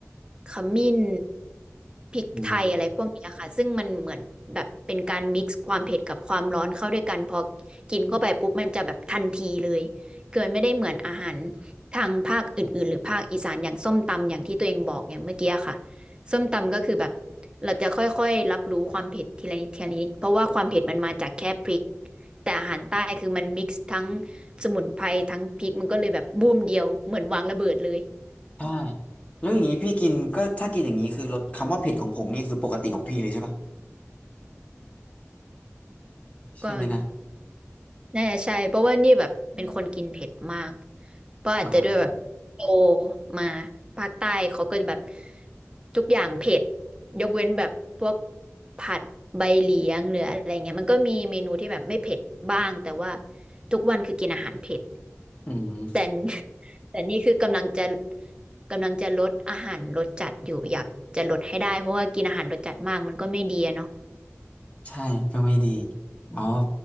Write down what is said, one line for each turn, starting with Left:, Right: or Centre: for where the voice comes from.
Right: ขมิ้นพริกไทยอะไรพวกเนี้ยค่ะซึ่งมันเหมือนแบบเป็นการมิกซ์ความเผ็ดกับความร้อนเข้าด้วยกันพอ
Left: อืม
Right: กินเข้าไปปุ๊บมันจะแบบทันทีเลยคือมันไม่ได้เหมือนอาหารทางภาคอื่นๆหรือภาคอีสานอย่างส้มตำอย่างที่ตัวเองบอกเนี่ยเมื่อกี้ค่ะ ส้มตำก็คือแบบเราจะค่อยๆรับรู้ความเผ็ดทีละนิดทีละนิดเพราะว่าความเผ็ดมันมาจากแค่พริกแต่อาหารใต้คือมันมิกซ์ทั้งสมุนไพรทั้งพริกมันก็เลยแบบบูมเดียวเหมือนวางระเบิดเลย
Left: ใช่แล้วอย่างนี้พี่กินก็ถ้ากินอย่างนี้คือรสคำว่าเผ็ดของผมนี่คือปกติของพี่เลยใช่ปะใช่ไหมนะ
Right: ก็น่าจะใช่เพราะว่านี่แบบเป็นคนกินเผ็ดมากเพราะอาจจะด้วยแบบโต
Left: อ่า
Right: มาภาคใต้เขาก็แบบทุกอย่างเผ็ดยกเว้นแบบพวกผัดใบเหลียงหรืออะไรเงี้ยมันก็มีเมนูที่แบบไม่เผ็ดบ้างแต่ว่าทุกวันคือกินอาหารเผ็ด
Left: อืม
Right: แต่แต่นี่คือกำลังจะกำลังจะลดอาหารรสจัดอยู่อยากจะลดให้ได้เพราะว่ากินอาหารรสจัดมากมันก็ไม่ดีอะเนาะ
Left: ใช่ก็ไม่ดีเพราะ <laughs> ว่า